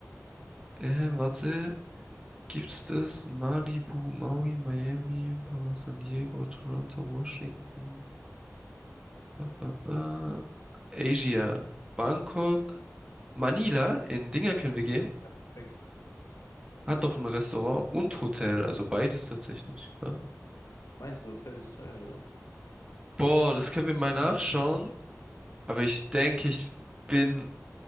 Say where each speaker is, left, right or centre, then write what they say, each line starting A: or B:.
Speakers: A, on the right; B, on the left.
A: Äh, warte, gibt's das? Malibu, Maui, Miami, San Diego, Toronto, Washington. Ba, ba, ba. Asia, Bangkok, Manila, in Dinger können wir gehen.
B: Ja, perfekt.
A: Hat doch ein Restaurant und Hotel, also beides tatsächlich. Krass.
B: Meinst du, Hotel ist teuer dort?
A: Boah, das können wir mal nachschauen. Aber ich denke, ich bin